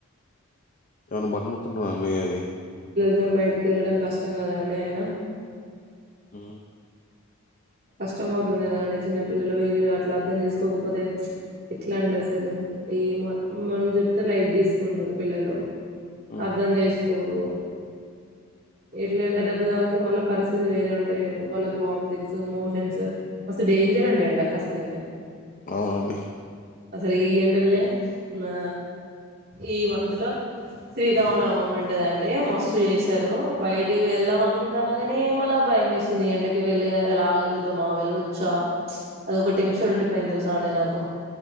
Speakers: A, on the left; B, on the right.
A: ఏమనా బట్టనుతుకుతున్నా అండీ అది
B: తన్ బయటికి వెళ్ళడం కష్టం కదండి అయిన
A: ఊ
B: కష్టం అవుతుంది కదండి చిన్నపిల్లలు ఇది అట్లా అర్థం చేసుకోకపోతే ఎట్లా అండి అసలు ఈ మన మనం చెప్తే లైట్ తీసుకుంటారు పిల్లలు
A: హ్మ్.
B: అర్థం చేసుకోరు ఎట్ల ఎండ దెబ్బ తాకితే మళ్ళ పరిస్థితి వేరే ఉంటాయి వాళ్ళకి వామితింగ్స్ మోషన్స్ అసలు డేంజర్ అండి ఎండకు అసలు ఐతే
A: అవునండి
B: అసలు ఈ ఎండలనే, ఆ ఈ మంత్ లో శ్రీ శ్రీరామ నవమి ఉంటదండి మస్తు చేస్తారు బయటి వెళ్దాం అనుకుంటాన్నా కాని మళ్ళా భయమేస్తుంది ఎండకి వెళ్లి రాగలుగుతామా వెళ్ చ అది ఒక టెన్షన్ ఉండిపోయింది తెలుసా అండి నాకు